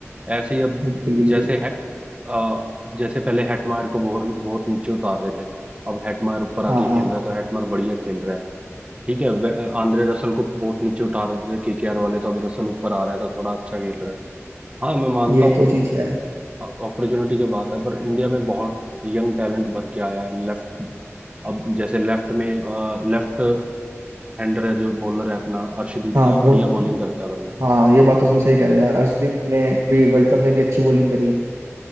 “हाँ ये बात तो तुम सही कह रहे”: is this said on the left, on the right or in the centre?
Right